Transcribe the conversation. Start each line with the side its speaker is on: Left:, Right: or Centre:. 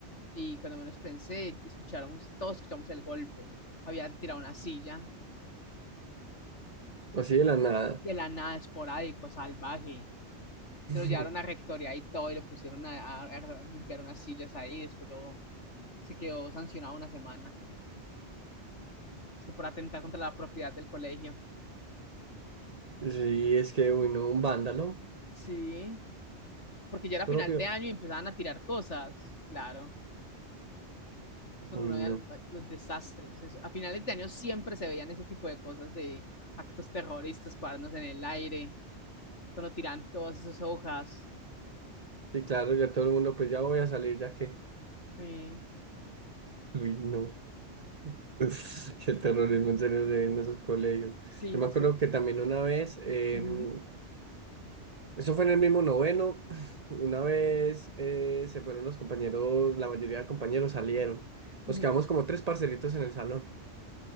Left: Y cuando menos pensé, escucharon, todos escuchamos el golpe. Había tirado una silla
Right: Así de la nada.
Left: de la nada, esporádico, salvaje. Se
Right: <laughs>
Left: lo llevaron a rectoría y todo, y lo pusieron a, a- a limpiar unas sillas ahí, después lo- se quedó sancionado una semana. Es que por atentar contra la propiedad del colegio.
Right: Sí, es que, uy, no, un vándalo
Left: Sí, porque ya era
Right: propio.
Left: final de año y empezaban a tirar cosas, claro. Es cuando
Right: Uy,
Left: uno veía
Right: no.
Left: el- los desastres. Es- a finales de año siempre se veían ese tipo de cosas de actos terroristas, cuadernos en el aire, cuando tiran todas esas hojas.
Right: Sí, claro, ya todo el mundo, pues ya voy a salir, ya que,
Left: sí
Right: uy, no, <laughs> qué terrorismo en serio se ve en esos colegios.
Left: sí,
Right: Yo
Left: más
Right: me acuerdo
Left: que...
Right: que también una vez, en-
Left: ujú,
Right: eso fue en el mismo noveno, <sniffs> <clears throat> una vez eh, se fueron los compañeros, la mayoría de compañeros salieron,
Left: ujú,
Right: nos quedamos como tres parcelitos en el salón.